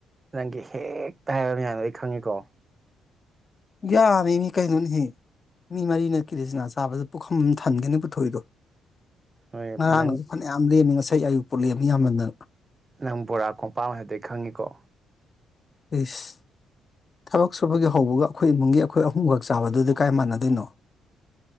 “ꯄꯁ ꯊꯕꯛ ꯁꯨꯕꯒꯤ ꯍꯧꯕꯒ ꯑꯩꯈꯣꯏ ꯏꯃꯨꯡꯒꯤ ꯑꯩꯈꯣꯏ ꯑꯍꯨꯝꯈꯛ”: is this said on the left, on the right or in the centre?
Left